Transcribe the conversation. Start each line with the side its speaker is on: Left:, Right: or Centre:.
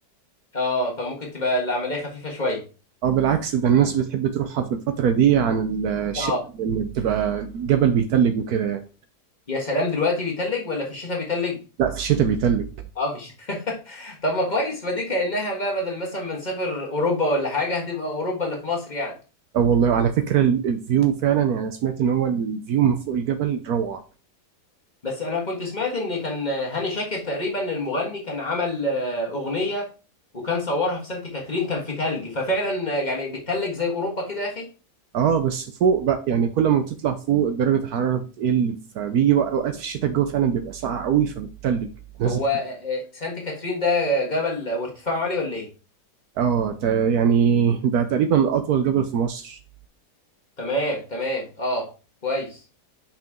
Left: اه فممكن تبقى العملية خفيفة شوية
Right: أو بالعكس ده الناس بتحب تروحها في الفترة دي عن الشتاء
Left: اه
Right: لأن بتبقى الجبل بيتلج وكده يعني
Left: يا سلام دلوقتي بيتلج ولا في الشتاء بيتلج
Right: لا في الشتاء بيتلج
Left: اه في الشتاء <laughs> طب ما كويس ما دي كأنها بقى بدل مثلا ما نسافر اوروبا ولا حاجه هتبقى اوروبا اللي في مصر يعني
Right: أو والله على فكرة ال- الفيو فعلا يعني أنا سمعت إن هو الفيو من فوق الجبل روعة
Left: بس انا كنت سمعت ان كان هاني شاكر تقريبا المغني كان عمل آه، اغنيه وكان صورها في سانت كاترين كان في تلج ففعلا آه، يعني بتتلج زي اوروبا كده يا اخي
Right: اه بس فوق بقى يعني كل ما بتطلع فوق درجة الحرارة بتقل فبيجي وق- أوقات في الشتاء الجو فعلا بيبقى ساقع قوي فبتتلج نازل
Left: هو آه، آه، سانت كاترين ده جبل وارتفاعه عالي ولا ايه
Right: اه ت- يعني ده تقريبا أطول جبل في مصر
Left: تمام تمام اه كويس